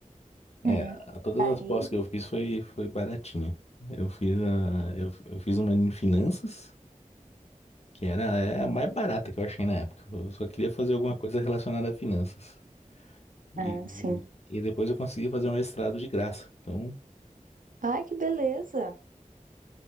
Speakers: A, on the left; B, on the right.
A: É,
B: É.
A: a- todas
B: Aí,
A: as pós que eu fiz foi, foi baratinha. Eu fiz a, eu, eu fiz uma em finanças, que era é, a mais barata que eu achei na época. Eu só queria fazer alguma coisa relacionada a finanças. E,
B: ah, sim.
A: e depois eu consegui fazer um mestrado de graça. Então,
B: Ai, que beleza.